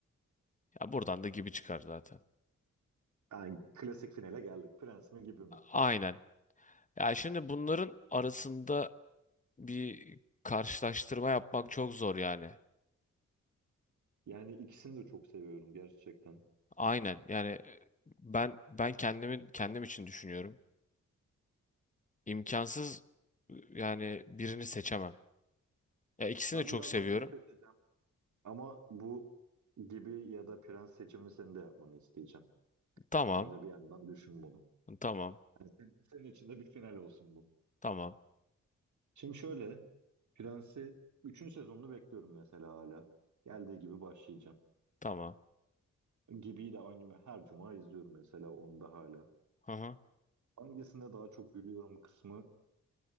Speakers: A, on the left; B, on the right.
A: Ya buradan da gibi çıkar zaten.
B: Yani klasik finale geldik. Prens mi gibi mi?
A: Aynen. Ya şimdi bunların arasında bir karşılaştırma yapmak çok zor yani.
B: Yani ikisini de çok seviyorum gerçekten.
A: Aynen. Yani ben ben kendimin kendim için düşünüyorum. İmkansız yani birini seçemem. Ya ikisini
B: Ben
A: de çok
B: birazdan
A: seviyorum.
B: bunu seçeceğim. Ama bu gibi ya da prens seçimini senin de yapmanı isteyeceğim.
A: Tamam.
B: Sen de bir yandan düşün bunu.
A: Tamam.
B: Yani sen- senin için de bir final olsun bu.
A: Tamam.
B: Şimdi şöyle. Prensi üçüncü sezonunu bekliyorum mesela hala. Geldiği gibi başlayacağım.
A: Tamam.
B: Gibi'yi de aynı her cuma izliyorum mesela onu da hala.
A: Hı hı.
B: Hangisinde daha çok gülüyorum kısmı